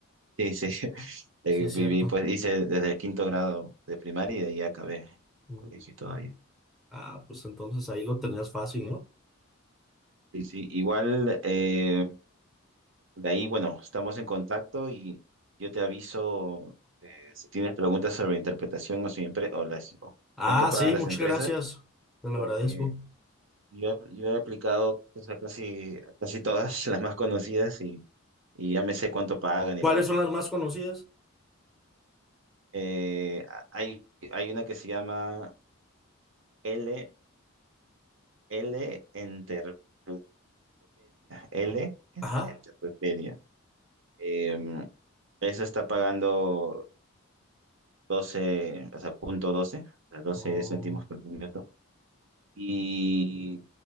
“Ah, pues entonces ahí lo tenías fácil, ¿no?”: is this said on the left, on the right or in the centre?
Centre